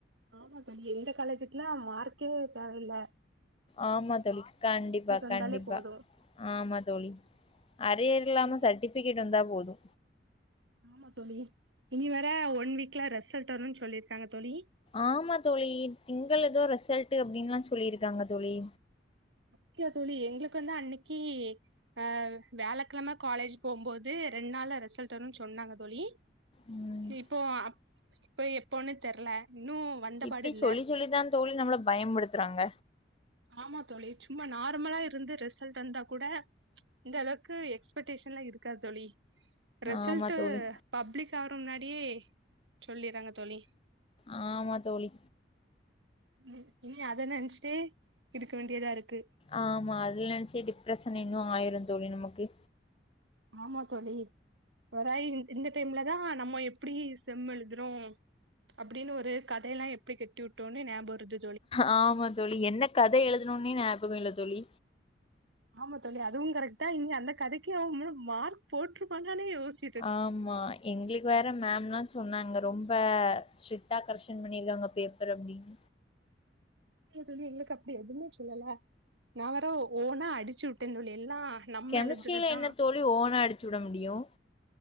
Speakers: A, on the right (about 85°); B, on the left (about 30°).
A: ஆமா தோழி இந்த காலேஜுக்லா மார்க்கே தேவ இல்ல
B: ஆமா தோழி கண்டிப்பா
A: வந்தாலே
B: கண்டிப்பா
A: போது
B: ஆமா தோழி அரியர் இல்லாம
A: ம்
B: சட்டிஃபிகெட் வந்தா போது
A: ஆமா தோழி இனி வேற ஒன் வீக்ல ரெசல்ட் வருன் சொல்லிருக்காங்க தோழி
B: ஆமா தோழி திங்கள எதோ ரிசல்ட்டு அப்டின்லா சொல்லிருக்காங்க தோழி
A: டியா தோழி எங்களுக் வந்து அன்னைக்கி அ வியாழக்கெழம காலேஜ் போம்போது ரெண் நாள்ல ரிசல்ட் வருன் சொன்னாங்க தோழி
B: ம்
A: இப்போ அப் இப்ப எப்போன்னே தெர்ல இன்னு வந்தபாடுல்ல
B: இப்டி சொல்லி சொல்லிதா தோழி நம்மள பயம்புடுத்துறாங்க
A: ஆமா தோழி சும்மா நார்மலா இருந்து ரிசல்ட் வந்தா கூட இந்தளவுக்கு எக்ஸ்படேஷன்லா இருக்காது தோழி ரிசல்ட்டு
B: ஆமா தோழி
A: பப்ளிக் ஆகற முன்னாடியே சொல்லீர்றாங்க தோழி
B: ஆமா தோழி
A: ம் இனி அத நெனச்ட்டே இருக்க வேண்டியதா இருக்கு
B: ஆமா அது நெனச்சே டிப்ரெஸன் இன்னு ஆயிரு தோழி நமக்கு
A: ஆமா தோழி ஒராய்வில் இந்த டைம்ல தா நம்ம எப்பிடி செம் எழுதுறோ அப்டின்னு ஒரு கதையெல்லா எப்டி கெட்டி விட்டோனு ஞாபொரது
B: ஆமா தோழி என்ன கதை எழுதுணோன்னே ஞாபக இல்ல தோழி
A: ஆமா தோழி அதுவு கரக்ட் தா இங்க அந்த கதைக்கு அவுங்க மார்க் போட்ருப்பாங்களான்னே யோசி
B: ஆமா எங்ளுக் வேற மேம்லா சொன்னாங்க ரொம்ப ஸ்ட்ரிட்டா கரக்ஷன் பண்ணீர்க்காங்க பேப்பரு அப்டின்
A: அப்டியா தோழி எங்களுக் அப்டி எதுமே சொல்லல நா வேற ஒ ஓனா அடிச்சு உட்டே தோழி எல்லா நம்ம
B: கெமிஸ்ட்ரில
A: எழுதுறதுதா
B: என்ன தோழி ஓனா அடிச்சு விட முடியு